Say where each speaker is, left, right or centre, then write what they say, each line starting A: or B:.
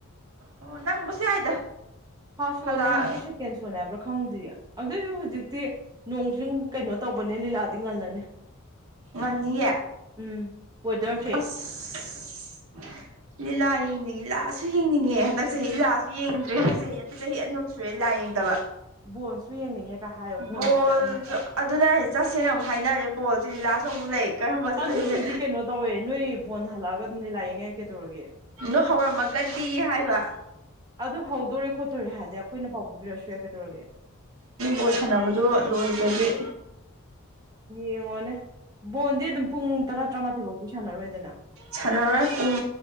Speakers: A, on the right; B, on the right.
A: ꯑꯣ ꯅꯪꯕꯁꯨ ꯌꯥꯏꯗ
B: ꯐꯥꯔꯁ ꯁꯣꯅꯦ
A: ꯍꯜꯂꯛ
B: ꯍꯥꯏꯕ꯭ꯔꯥ ꯁꯦꯀꯦꯟ ꯁꯣꯅꯦ ꯍꯥꯏꯕ꯭ꯔꯥ ꯈꯪꯗ꯭ꯔꯤ ꯑꯗꯨꯏꯁꯨ ꯍꯧꯖꯤꯛꯇꯤ ꯅꯣꯡꯁꯤꯡ ꯀꯩꯅꯣ ꯇꯧꯕꯅꯦ ꯂꯤꯂꯥꯗꯤ ꯉꯜꯂꯅꯤ
A: ꯉꯟꯅꯤꯌꯦ
B: ꯎꯝ ꯋꯦꯗꯔꯁꯦ
A: ꯑꯁ ꯂꯤꯂꯥ ꯌꯦꯡꯅꯤꯡꯉ ꯂꯤꯂꯥꯁꯨ ꯌꯦꯡꯅꯤꯡꯉꯦ ꯍꯟꯗꯛ ꯆꯍꯤ ꯂꯤꯂꯥꯁꯨ ꯌꯦꯡꯗꯔ꯭ꯤ ꯍꯟꯗꯛ ꯆꯍꯤ ꯆꯍꯤ ꯑꯅꯤ ꯑꯍꯨꯝ ꯁꯨꯔꯦ ꯂꯥꯏ ꯌꯦꯡꯗꯕ
B: ꯕꯣꯟꯁꯨ ꯌꯦꯡꯅꯤꯡꯉꯦ ꯀ ꯍꯥꯏꯌꯣ ꯕꯣꯟꯁꯨ
A: ꯕꯣꯜꯁꯨ
B: ꯆꯠꯅꯤꯡꯉꯦ
A: ꯑꯗꯨꯅ ꯑꯩ ꯆꯖꯁꯅ ꯑꯃꯨꯛ ꯍꯥꯏꯅꯔꯦ ꯕꯣꯜꯁꯤꯦꯗꯤ ꯂꯥꯁ ꯑꯃꯨꯛ ꯂꯩ ꯀꯔꯝꯕ ꯆꯠꯇꯣꯏꯅꯣꯁꯦ
B: ꯑꯗꯨꯕꯨꯗꯤ ꯀꯩꯅꯣ ꯇꯧꯋꯦ ꯅꯣꯏ ꯕꯣꯟ ꯍꯜꯂꯛꯑꯒ ꯑꯗꯨꯝꯗꯤ ꯂꯥꯛꯏꯉꯥꯏ ꯀꯩꯗꯧꯔꯒꯦ
A: ꯅꯣ ꯍꯧꯔꯝꯃꯒꯗꯤ ꯍꯥꯏꯕ
B: ꯑꯗꯨ ꯍꯧꯗꯣꯔꯦ ꯈꯣꯠꯇꯣꯔꯦ ꯍꯥꯏꯗꯤ ꯑꯩꯈꯣꯏꯅ ꯄꯥꯎ ꯄꯤꯕꯤꯔꯛꯁꯨ ꯌꯥꯏ ꯀꯩꯗꯧꯔꯒꯦ
A: ꯕꯣꯜ ꯁꯥꯟꯅꯕꯗꯣ ꯂꯣꯏꯒ꯭ꯔꯗꯤ
B: ꯌꯦꯡꯉꯣꯅꯦ ꯕꯣꯜꯗꯤ ꯑꯗꯨꯝ ꯄꯨꯡ ꯇꯔꯥ ꯇꯔꯥꯃꯥꯊꯣꯏ ꯐꯥꯎꯗꯤ ꯁꯥꯟꯅꯔꯣꯏꯗꯅ
A: ꯁꯥꯟꯅꯔꯣꯏ ꯄꯨꯡ